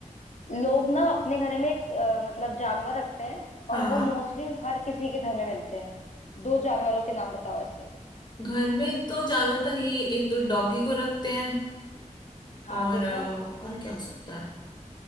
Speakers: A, on the left; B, on the left.
A: लोग ना अपने घर में एक अ, मतलब जानवर रखते हैं और
B: हाँ
A: वो मोस्टली हर किसी के घर में मिलते हैं दो जानवरों के नाम बताओ ऐसे
B: घर में तो ज्यादातर ये एक तो डॉगी को रखते हैं
A: हाँ
B: और
A: दूसरा
B: अ, और क्या हो सकता है